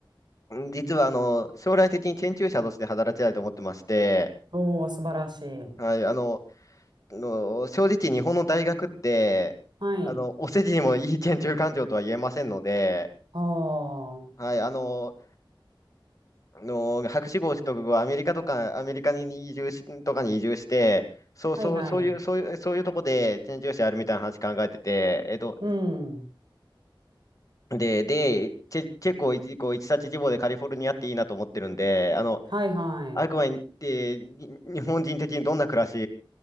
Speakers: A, on the left; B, on the right.
A: 実は、あの、将来的に研究者として働きたいと思ってまして、
B: おお、素晴らしい。
A: はい、あの、あの正直日本の大学って、
B: はい。
A: あの、お世辞にもいい研究環境とは言えませんので、
B: ああ、は
A: はい、あの、あのー博士号取得後、アメリカとか、アメリカに移住し、とかに移住して、そう、そう、
B: いはい。
A: そういう、そういう、そういうとこでチェンジしあるみたいな話考えてて、えっと、
B: うん。
A: で、で、チェ、チェコ一、こ一冊地方でカリフォルニアっていいなと思ってるんで、あの、
B: はいはい。
A: あくまで、に日本人的にどんな暮らし